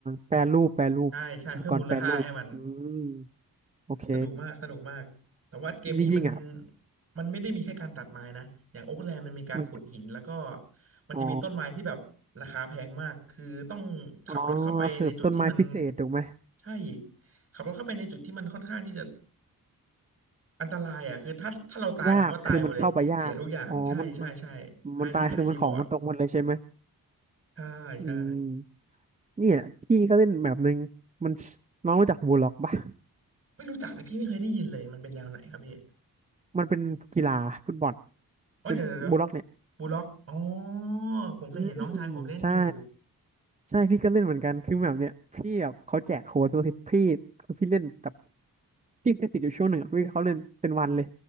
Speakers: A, on the right; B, on the right.
A: แปรรูปแปรรูปอุปกรณ์แปรรูปอืม
B: ใช่ใช่เพิ่มมูลค่าให้มัน
A: โอเค
B: สนุกมากสนุกมากแต่ว่าเกมนี้มัน
A: จริงๆอ่ะ
B: มันไม่ได้มีแค่การตัดไม้นะอย่างโอ๊กแลนด์มันมีการขุดหินแล้วก็
A: มัน
B: มันจะมีต้นไม้ที่แบบราคาแพงมากคือต้องขับรถเข้าไปในจุดที่มัน
A: อ๋ออ๋อคือต้นไม้พิเศษถูกไหม
B: ใช่ขับรถเข้าไปในจุดที่มันค่อนข้างที่จะอันตรายอ่ะคือถ้าถ้าเราตายเราก็ตายหมดเลยเสียทุกอย่างใช่ใช่ใช่
A: ยากคือมันเข้าไปยากอ๋อมันมัน
B: high
A: มันตายคือมันของมันตกหมดเลยใช่ไหม
B: risk high reward ใช่ใช่
A: อืมเนี่ยพี่ก็เล่นแบบหนึ่งมันน้องรู้จักบูลล็อกปะ
B: ไม่รู้จักเลยพี่ไม่เคยได้ยินเลยมันเป็นแนวไหนครับพี่
A: มันเป็นกีฬาฟุตบอล
B: อ๋อเดี๋ยวเดี๋ยว
A: เป็นบูลล็อกเนี่ย
B: บูล็อกอ๋อผมเคยเห็นน้องชายผมเล่นอยู่
A: อืมใช่ ใช่พี่ก็เล่นเหมือนกันคือแบบเนี้ยพี่แบบเขาแจกโค้ดตัวทิศพี่คือพี่เล่นแบบพี่เคยติดอยู่ช่วงหนึ่งอะพี่เขาเล่นเป็นวันเลย